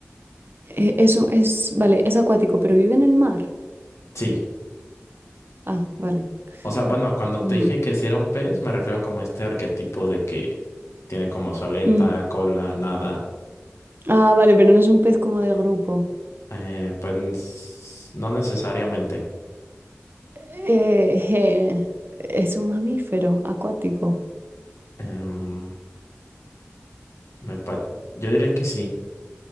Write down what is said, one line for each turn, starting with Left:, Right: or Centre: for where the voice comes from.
Right: Eh, eso es, vale, es acuático, pero vive en el mar.
Left: Sí.
Right: Ah, vale.
Left: O sea, bueno, cuando
Right: Mm,
Left: te dije que si era un pez, me refiero como a este arquetipo de que tiene como su aleta,
Right: mm.
Left: cola, nada.
Right: Ah, vale, pero no es un pez como de grupo.
Left: Eh, pues no necesariamente.
Right: Eh, <laughs> eh, es un mamífero acuático.
Left: Em, Me par- Yo diría que sí,